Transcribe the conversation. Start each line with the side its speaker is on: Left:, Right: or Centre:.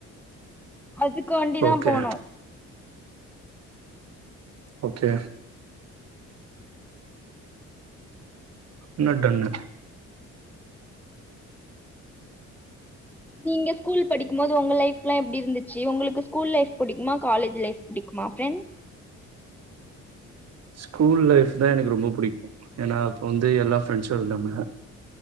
Centre: அதுக்குகாண்டி தா
Right: ஓகே
Centre: போனோ
Right: ஓகே ன்னடன்னு
Centre: நீங்க ஸ்கூல் படிக்கு போது உங்க லைஃப்ல்லா எப்டி இருந்துச்சு உங்களுக்கு ஸ்கூல் லைஃப் புடிக்குமா காலேஜ் லைஃப் படிக்குமா ஃப்ரெண்ட்
Right: ஸ்கூல் லைஃப் தா எனக்கு ரொம்ப பிடிக்கு ஏன்னா அப்ப வந்து எல்லா ஃப்ரெண்ட்ஸு இருந்தாங்க